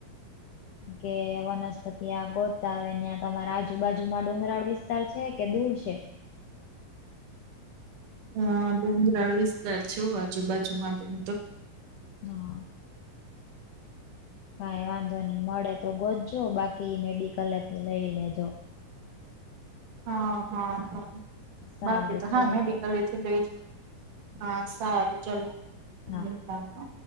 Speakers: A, on the right; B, on the left.
A: હ
B: કે વનસ્પતિ આ ગોતાવે ત્યાં તમારા આજુબાજુમાં ડુંગરાળ વિસ્તાર છે કે દૂર છે.
A: હ ડુંગરાળ વિસ્તાર છે, આજુબાજુમાં તેમ તો
B: હા કાઈ વાંધો નહી મળે તો ગોજજો બાકી મેડિકલથી લઈ લેજો
A: હા હા હા
B: સારું
A: બાકી તો
B: ચલો
A: હા મેં
B: તો
A: કલે એથી લઈ જ હા સારું ચલો એ
B: હા